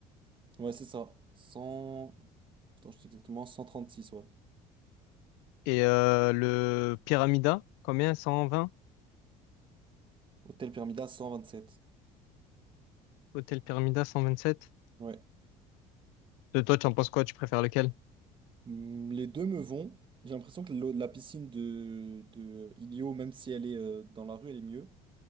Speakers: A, on the right; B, on the left.
A: Ouais, c'est ça. 100... Attends, je dis exactement 136, ouais.
B: Et euh, le Pyramida, combien? 120?
A: Hôtel Permida, 127.
B: Hôtel Pyramida 127?
A: Ouais.
B: De toi, tu en penses quoi? Tu préfères lequel?
A: Hmm, les deux me vont. J'ai l'impression que l'eau- la piscine de, de Ilio, même si elle est euh, dans la rue, elle est mieux.